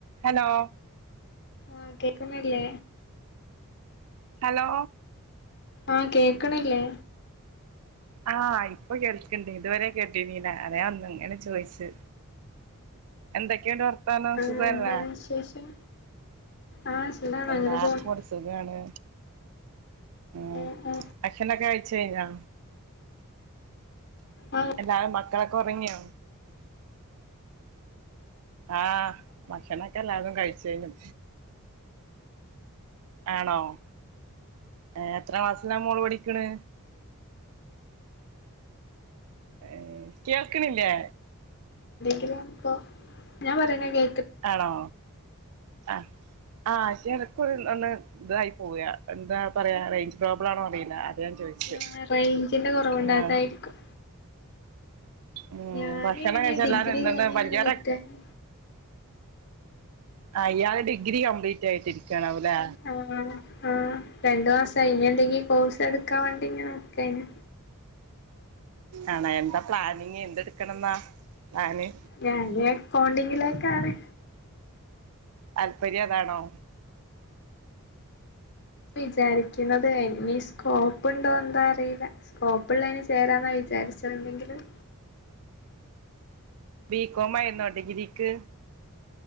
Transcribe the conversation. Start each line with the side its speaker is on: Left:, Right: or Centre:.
Right: ഹലോ
Left: ആഹ് കേക്കുന്നില്ലേ
Right: ഹലോ
Left: ആഹ് കേക്കണില്ലേ
Right: ആഹ് ഇപ്പൊ കേൾക്ക്ണ്ട് ഇതുവരെ കേട്ടി നീന അതേ വന്നു ഇങ്ങനെ ചോയിച്ച് എന്തൊക്കെയിണ്ട് വർത്താനം
Left: ആ
Right: സുഖല്ലേ
Left: എന്താണ് വിശേഷം ആഹ് സുഖാണ്
Right: എല്ലാർക്കും
Left: അങ്ങനെ പോണ്
Right: ഇവിടെ സുഖാണ് ഉം
Left: ആഹ്
Right: ഭക്ഷണൊക്കെ കഴിച്ച് കഴിഞ്ഞാ
Left: ആഹ്
Right: എല്ലാരും മക്കളൊക്കെ ഉറങ്ങിയോ ആഹ് ഭക്ഷണൊക്കെ എല്ലാരും കഴിച്ച് കഴിഞ്ഞു ആണോ ഏ എത്ര ക്ലാസ്സിലാ മോള് പഠിക്കണ് ഏ കേൾക്കണില്ലേ
Left: <unintelligible> ഞാൻ പറയുന്ന കേ
Right: ആണോ ആഹ് ആ <unintelligible> ഇതായി പോവുക എന്താ പറയാ റേഞ്ച് പ്രോബ്ലം ആണോ അറിയില്ല അത് ഞാൻ ചോദിച്ചു
Left: ആഹ് റേഞ്ചിന്റെ കുറവുണ്ടായതായിരിക്കും
Right: ആ ഉം
Left: ഞാനിങ്ങനെ
Right: ഭക്ഷണം കഴിച്ച
Left: ഡിഗ്രി
Right: എല്ലാരും എന്തണ്ട്
Left: കഴിഞ്ഞിങ്ങനെ
Right: വല്യാ
Left: നിക്കാണ്
Right: ആ ഇയാളെ ഡിഗ്രി കംപ്ലീറ്റ് ആയിട്ടിരിക്കും ണാവല്ലേ
Left: ആഹ് ആഹ് രണ്ട് മാസ കഴിഞ്ഞിണ്ടങ്കി കോഴ്സ് എടുക്കാ വേണ്ടി ഇങ്ങനെ ഒക്കെന
Right: ആണാ എന്താ പ്ലാനിങ് എന്തെടുക്കണംന്നാ പ്ലാന്
Left: ഞാന് അക്കൗണ്ടിങ്ങിലാ ക്കാണ്
Right: താല്പര്യം അതാണോ
Left: വിചാരിക്കുന്നത് ഇനി സ്കോപ്പ് ഉണ്ടോ എന്താ അറിയില്ല സ്കോപ്പുള്ളതിന് ചേരാന്നാ വിചാരിച്ചത് എന്തെങ്കിലും
Right: ബീകോം ആയിരുന്നോ ഡിഗ്രിക്ക്